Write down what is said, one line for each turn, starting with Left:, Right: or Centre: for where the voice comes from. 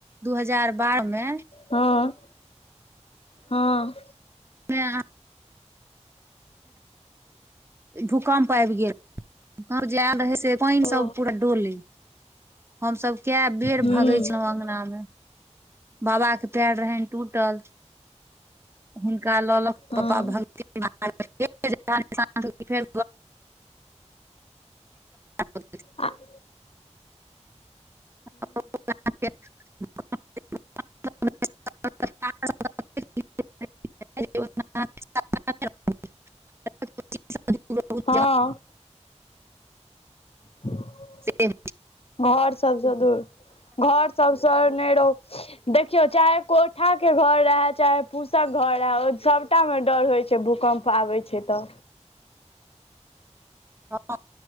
Right: दू हजार बारह मे
Left: हँ, हँ।
Right: मे अहा। भूकंमप आबि गेल। जा रहै से पानि
Left: ओ
Right: सभ पूरा डोले हमसभ। कै बेर
Left: ह हँ
Right: भगै छलहूँ अंगना मे बाबा के पैड़ रहल टूटल। हुनका लऽ लऽ कऽ
Left: हँ
Right: पापा भ ेर घर <unintelligible> <unintelligible>
Left: आ <unintelligible>
Right: <unintelligible> <unintelligible> <unintelligible>
Left: हँ ह।
Right: से।
Left: घर सभसँ दूर घर सभसे ने रहो। देखियौ चाहे कोठाके घर रहै चाहे फूसक घर रहै ओ सभ। सभटामे डर होइ छै, भूकम्प आबै छै तऽ।
Right: हँ,